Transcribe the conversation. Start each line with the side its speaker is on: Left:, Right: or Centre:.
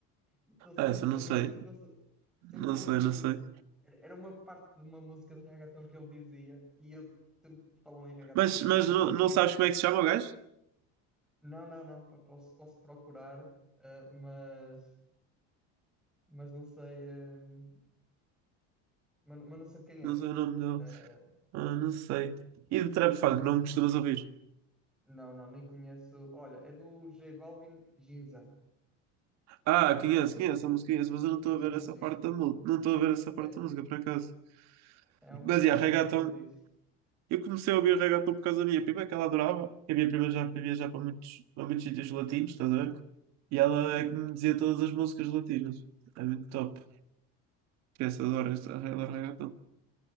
Centre: E estou sempre
Right: Ah, Essa, não
Centre: com
Right: sei.
Centre: isso, sempre que ouço, sempre
Right: Não
Centre: que
Right: sei,
Centre: ouço,
Right: não sei.
Centre: era uma parte de uma música de reggaeton que ele dizia, e eu sempre que falam em reggaeton
Right: Mas,
Centre: só
Right: mas
Centre: me lembro
Right: não,
Centre: desse,
Right: não
Centre: desse
Right: sabes
Centre: cheiro.
Right: como é que se chama o gajo?
Centre: Não, não, não, pá, posso, posso procurar, ah, mas, mas não sei... hum, Mas, mas não sei de quem
Right: Não
Centre: é.
Right: sei o nome dele.
Centre: Eh,
Right: Ah, não sei. E de trap funk, não me costumas ouvir?
Centre: não, não, nem conheço. Olha, é do J Balvin Ginza.
Right: Ah, conheço, conheço
Centre: A música,
Right: a música, conheço, mas eu
Centre: a
Right: não
Centre: música
Right: estou a
Centre: chama-se
Right: ver essa
Centre: Ginza.
Right: parte da música. Não estou a ver essa parte
Centre: É,
Right: da música, por acaso.
Centre: é
Right: Mas,
Centre: uma parte
Right: yeah, reggaeton.
Centre: ali que ele diz.
Right: Eu comecei a ouvir reggaeton por causa da minha prima, que ela adorava. Que a minha prima já foi viajar para muitos, para muitos sítios latinos, estás a ver? E ela
Centre: Uhum.
Right: é que me dizia todas as músicas latinas. É muito top. Essa adora, esta adora reggaeton.